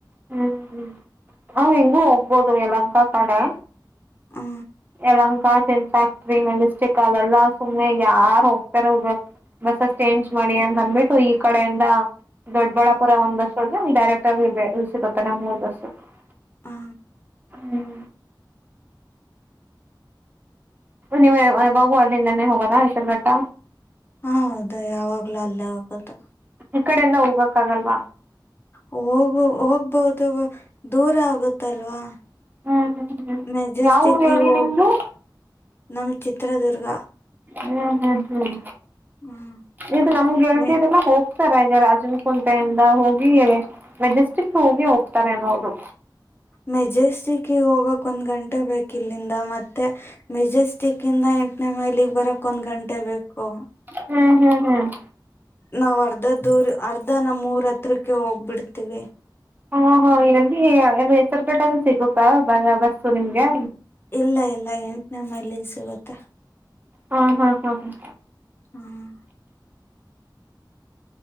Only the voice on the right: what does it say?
ಹ್ಮ್ ಹ್ಮ್ ಹ್ಮ್ಮ್ ಹಿಂಗೂ ಹೋಗ್ಬೋದು ಎಲಂಕ ಕಡೆ.
ಎಲಂಕಾ ಚನ್ ಫ್ಯಾಕ್ಟ್ರಿ ಮೆಲಿಸ್ಟಿಕ್ ಅಲೆಲ್ಲಾ ಸುಮ್ನೆ ಯಾರ್ ಹೋಗ್ತಾರೆ. ಬಸ್ಸಸ್ ಚೇಂಜ್ ಮಾಡಿ ಅಂತ ಬಂದ್ಬಿಟ್ಟು ಇಕಡೆಯಿಂದ ದೊಡ್ಬಳ್ಳಾಪುರ ಒಂದ್ ಬಸ್. <unintelligible>
ಹ್ಮ್ ನೀವು ಯಾವ್ ಯಾವಾಗೂ ಅಲ್ಲಿಂದನೇ ಹೋಗೋದಾ ಹೆಸರುಘಟ್ಟ.
ಈ ಕಡೆಯಿಂದ ಹೋಗಕ್ಕಾಗಲ್ವಾ?
ಹ್ಮ್ ಹ್ಮ್ ಹ್ಮ್
ಯಾವ ಊರ್ ಹೇಳಿ
ನಿಮ್ದು
ಹ್ಮ್ ಹ್ಮ್ ಹ್ಮ್
ಇದು ನಮ್ಗೆ ಹೇಳ್ತಿದೆಲ್ಲ
ಹೋಗ್ ಹೋಗ್ತಾರ ಈಗ ರಾಜನ ಕುುಂಟೆಯಿಂದ ಹೋಗಿ ಮೆಜೆಸ್ಟಿಕ್ ಹೋಗಿ ಹೋಗ್ತಾರೆನೋ ಅವ್ರು.
ಹ್ಮ್ ಹ್ಮ್ ಹ್ಮ್
ಹಾಂ ಹಾಂ ಇಲ್ಲಿ ಹೆಸರು ಪೇಟ್ಟಾದೂ ಸಿಗುತ್ತಾ ಬ ಆ ಬಸ್ಸು ನಿಮಗೆ.
ಹಾಂ ಹಾಂ ಹಾಂ ಹಾಂ